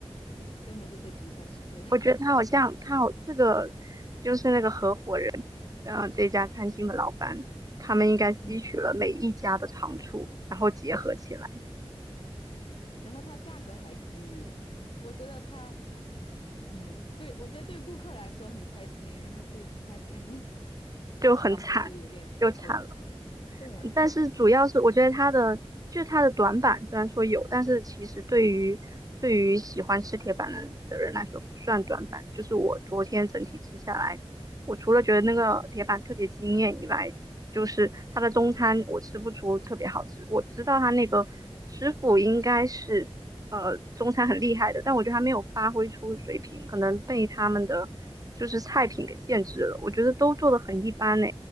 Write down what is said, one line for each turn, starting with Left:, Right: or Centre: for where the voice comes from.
Left: i s u d e m o 就被比下去了。<laughs>
Right: 我觉得他好像他好这个就是那个合伙人，嗯、呃这家餐厅的老板，他们应该吸取了每一家的长处，
Left: 嗯，
Right: 然后结合起来，
Left: 然后它价格还低，我觉得它嗯，对，我觉得对顾客来说很开心，然后对其他店的 <laughs> 老板来说就有点头疼。
Right: 就很惨，就惨了。
Left: 对呀。
Right: 但是主要是我觉得他的就是他的短板，虽然说有，但是其实对于对于喜欢吃铁板的的人来说不算短板。就是我昨天整体吃下来，我除了觉得那个铁板特别惊艳以外，就是他的中餐我吃不出特别好吃。我知道他那个师傅应该是呃中餐很厉害的，但我觉得他没有发挥出水平，可能被他们的就是菜品给限制了。我觉得都做的很一般呢，